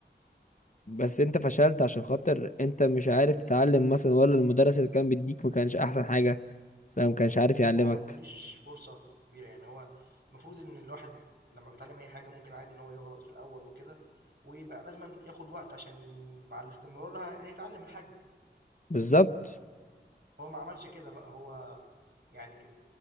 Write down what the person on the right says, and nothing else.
هو ما ادّانيش فرصة كبيرة، يعني هو المفروض إن الواحد لمّا بيتعلّم أي حاجة ممكن عادي إن هو يغلط في الأول وكده، ويبقى لازمًا ياخد وقت عشان مع الاستمرار ه هيتعلّم الحاجة،
هو ما عملش كده بقى، هو يعني